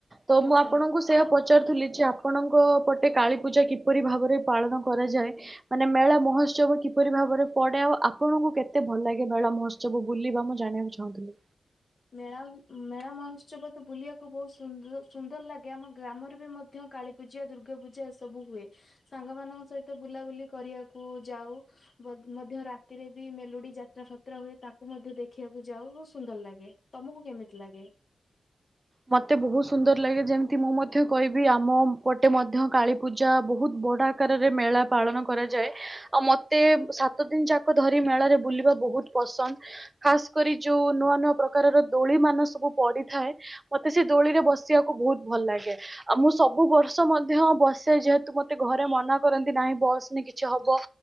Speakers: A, on the right (about 25°); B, on the left (about 40°).
A: ତ ମୁଁ
B: ଆଜ୍ଞା
A: ଆପଣଙ୍କୁ ସେଆ ପଚାରୁଥିଲି ଯେ ଆପଣଙ୍କୁ କ ପଟେ କାଳୀ ପୂଜା କିପରି ଭାବରେ ପାଳନ କରାଯାଏ ମାନେ ମେଳା ମହୋତ୍ସବ କିପରି ଭାବରେ ପଡେ ଆଉ ଆପଣଙ୍କୁ କେତେ ଭଲ ଲାଗେ ମେଳ ମହୋତ୍ସବ ବୁଲିବା ମୁଁ ଜାଣିବାକୁ ଚାହୁଁଥିଲି।
B: ମେଳା ମେଳା ମହୋତ୍ସବ ତ ବୁଲିବାକୁ ବହୁତ ସୁନ୍ଦର ସୁନ୍ଦର ଲାଗେ ଆମ ଗ୍ରାମରେ ବି ମଧ୍ୟ କାଳୀ ପୂଜା ଦୁର୍ଗା ପୂଜା ଏସବୁ ହୁଏ ସାଙ୍ଗ ମାନଙ୍କ ସହିତ ବୁଲାବୁଲି କରିବାକୁ ଯାଉ। ବୋ ମଧ୍ୟ ରାତିରେ ବି ମେଲୁଡି ଯାତ୍ରା ଫାତ୍ରା ହୁଏ ତାକୁ ମଧ୍ୟ ଦେଖିବାକୁ ଯାଉ ସୁନ୍ଦର ଲାଗେ। ତମକୁ କେମିତି ଲାଗେ?
A: ମତେ ବହୁତୁ ସୁନ୍ଦର ଲାଗେ ଯେମିତି ମୁଁ ମଧ୍ୟ କହିବି ଆମ ପଟେ ମଧ୍ୟ କାଳୀ ପୂଜା ବହୁତୁ ବଡ ଆକାରରେ ମେଳା ପାଳନ କରାଯାଏ। ଆଉ ମତେ ସାତ ଦିନ ଯାକ ଧରି ମେଳରେ ବୁଲିବା ବହୁତୁ ପସନ୍ଦ ଖାସ କରି ଯୋଉ ନୂଆ ନୂଆ ପ୍ରକାରର ଦୋଳି ମାନ ସବୁ ପଡିଥାଏ ମତେ ସେ ଦୋଳିରେ ବସିବାକୁ ବହୁତ ଭଲ ଲାଗେ। ଆଉ ମୁଁ ସବୁ ବର୍ଷ ମଧ୍ୟ ବସେ ଯେହେତୁ ମତେ ଘ ଘରେ ମନା କରନ୍ତି ନାହିଁ ବସନି କିଛି ହବ